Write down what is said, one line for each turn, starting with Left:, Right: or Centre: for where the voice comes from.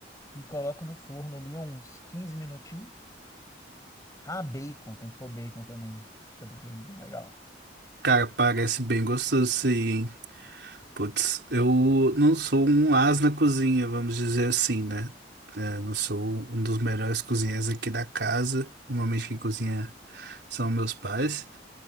Left: e coloco no forno ali uns 15 minutinhos. Ah, bacon, tem que pôr bacon também. Fica bem, bem legal.
Right: Cara, parece bem gostoso isso aí, hein? Putz, eu não sou um as na cozinha, vamos dizer assim, né? É, não sou um dos melhores cozinheiros aqui da casa. Normalmente quem cozinha são meus pais.